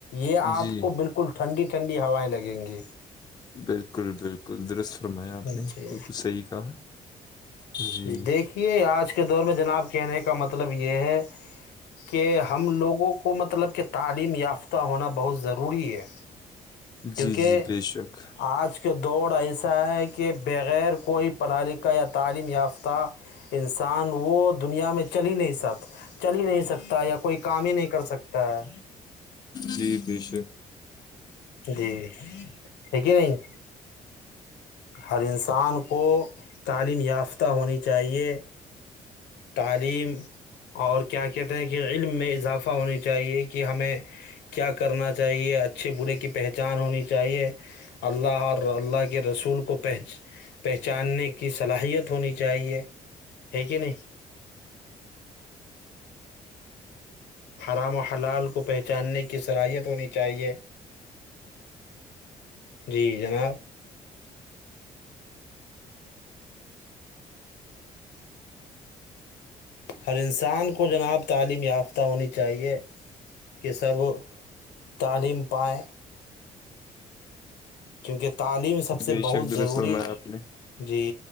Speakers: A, on the left (about 65°); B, on the left (about 20°).
A: یہ آپ
B: جی
A: کو بالکل ٹھنڈی ٹھنڈی ہوائیں لگیں گی
B: بالکل بالکل درست فرمایا آپ
A: جی
B: نے بالکھ صحیح کہا جی
A: دیکھیے آج کے دور میں جناب کہنے کا مطلب یہ ہے کہ ہم لوگوں کو مطلب کہ تعلیم یافتہ ہونا بہت ضروری ہے کیونکہ
B: جی جی بے شک
A: آج کہ دوڑ ایسا ہے کہ بغیر کوئی پڑھا لکھا یا تعلیم یاف تھا انسان وہ دنیا میں چل ہی نہیں سک چل ہی نہیں سکتا ستا یا کوئی کام ہی نہیں کر سکتا ہے
B: جی جی شک
A: جی ہےیک نہیں ہر انسان کو تعلیم یافتہ ہونی چاہیے تعلیم اور کیا کہتے ہیں کہ علم میں اضافہ ہونی چاہیے کہ ہمیں کیا کرنا چاہیے اچھے برے کی پہچان ہونی چاہیے اللہ اور اللہ کے رسول کو پہچ پہچاننے کی صلاحیت ہونی چاہیے ہے کہ نہیں حرام و حلال کو پہچاننے کی صلاحیت ہونی چاہیے جی جناب ہر انسان کو جناب تعلیم یافتہ ہونی چاہیے کہ سب تعلیم پائے کیونکہ تعلیم سب سے
B: بے
A: بہت
B: شک درست
A: ضروری
B: فرمایا آپ نے
A: جی